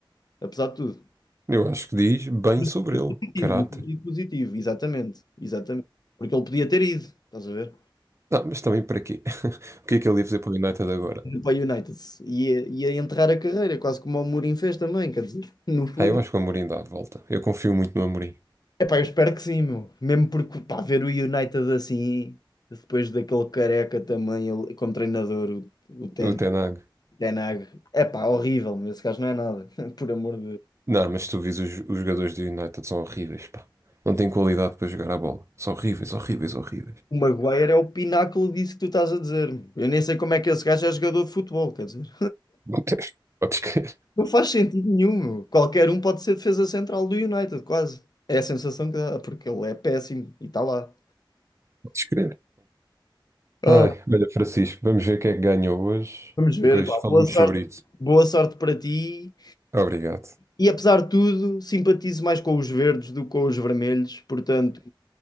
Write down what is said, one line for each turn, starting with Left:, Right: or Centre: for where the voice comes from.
Left: apesar de tudo.
Right: Eu acho que diz bem
Left: No
Right: sobre
Left: sentido
Right: ele,
Left: positivo,
Right: caráter.
Left: no sentido positivo, exatamente. Exatamente. Porque ele podia ter ido, estás a ver?
Right: Não, mas também para quê? <laughs> O que é que ele ia fazer para o United agora?
Left: indo para o United. Ia, ia enterrar a carreira, quase como o Mourinho fez também, quer dizer, <laughs> no fundo.
Right: Ah, eu acho que o Amorim dá a volta. Eu confio muito no Amorim.
Left: é Epá, eu espero que sim, meu. Mesmo porque, pá, ver o United assim, depois daquele careca também, ele, como treinador, o, o Ten,
Right: O Ten Hag.
Left: Ten Hag. Epá, horrível, meu. Esse gajo não é nada, <laughs> por amor de Deus.
Right: Não, mas tu vês os, os jogadores do United são horríveis, pá. Não têm qualidade para jogar a bola. São horríveis, horríveis, horríveis.
Left: O Maguire é o pináculo disso que tu estás a dizer, meu. Eu nem sei como é que esse gajo é jogador de futebol, quer dizer.
Right: <laughs> Podes crer,
Left: Não faz sentido nenhum, meu. Qualquer um pode ser defesa central do United, quase. É a sensação que dá, porque ele é péssimo e está lá.
Right: podes crer.
Left: Ah,
Right: Ai, olha, Francisco, vamos ver quem é que ganhou hoje
Left: Vamos ver,
Right: e depois
Left: pá,
Right: falamos
Left: boa sorte,
Right: sobre isso.
Left: boa sorte para ti.
Right: Obrigado.
Left: E apesar de tudo, simpatizo mais com os verdes do que com os vermelhos, portanto,